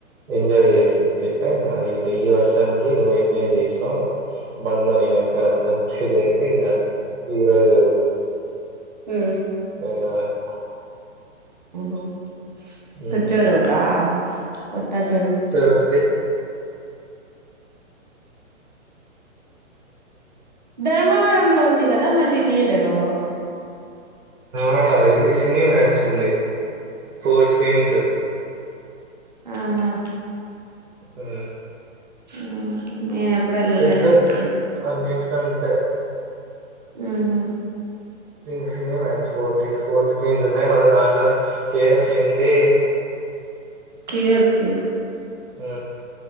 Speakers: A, on the right; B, on the right.
A: ఎంజాయ్ చేసి వచ్చింటే ఇంకా ఇ ఈ వర్షానికి నువ్వు ఎంజాయ్ చేసినావు బండ్లో నేను ఎక్కనని చెప్పేసరికి ఇంగ ఈరోజు
B: మ్
A: పోయినాడు
B: మ్
A: హ్మ్.
B: కొత్ చెరువు కా కొత్త చెరువు
A: ఓకె
B: ధర్మవరంలో ఉంది కదా మల్లి థియేటరు
A: ఆడ ఇది సినీ మాక్స్ ఉంది ఫోర్ స్క్రీన్స్
B: ఆహా
A: మ్
B: మ్హు నేను ఎప్పుడు ఎల్లలేదే
A: పెద్దది
B: ఎప్
A: అన్నిటికంటే
B: మ్ హు
A: ఈ సినిమాక్స్ ఫోర్ టీ ఫోర్ స్క్రీన్స్ ఉన్నాయి మళ్ళ దాంట్లోనే కే ఎఫ్ సి ఉంది.
B: కే ఎఫ్ సి
A: మ్మ్